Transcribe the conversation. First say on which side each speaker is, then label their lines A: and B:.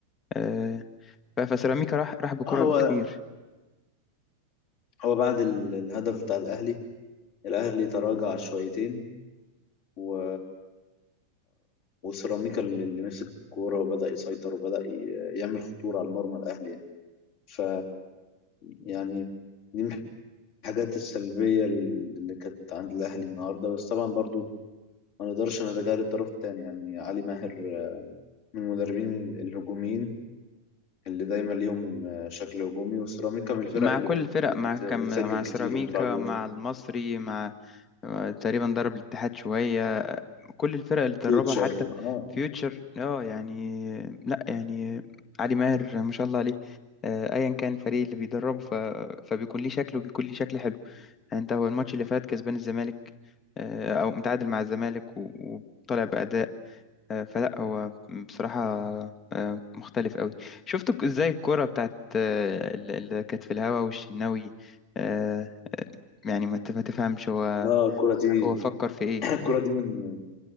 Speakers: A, on the left (about 25°); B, on the left (about 45°).
A: آه، ف- فسيراميكا راح راح بكرة
B: آه، هو
A: كتير
B: هو بعد ال- الهدف بتاع الاهلي الاهلي تراجع شويتين و... وسيراميكا اللي اللي مسك الكوره وبدا يسيطر وبدا ي- يعمل خطوره على مرمى الاهلي يعني ف يعني دي من الحاجات السلبيه اللي كانت عند الاهلي النهارده بس طبعا برضو ما نقدرش نتجاهل الطرف الثاني يعني علي ماهر من المدربين الهجوميين اللي دايما ليهم آه، شكل هجومي وسيراميكا من الفرق
A: مع
B: اللي
A: كل الفرق
B: بت...
A: مع كم
B: بتسجل
A: مع سيراميكا
B: كتير وبتراعي جون
A: مع
B: كتير
A: المصري مع آه، تقريبا ضرب الاتحاد شوية كل الفرق اللي دربها
B: فيوتشر
A: حتى
B: اه
A: فيوتشر اه يعني لا يعني علي ماهر ما شاء الله عليه آه، ايا كان الفريق اللي بيدربه ف... فبيكون ليه شكله وبيكون ليه شكل حلو يعني انت هو الماتش اللي فات كسبان الزمالك آه، او متعادل مع الزمالك و... وطالع باداء آه، فلا هو بصراحه آه، مختلف قوي شفت ك- ازاي الكرة بتاعت آه، ال- اللي كانت في الهوا والشناوي آه، يعني ما ت- ما تفهمش هو
B: اه الكرة دي
A: هو فكر في ايه
B: <clears throat> الكرة دي من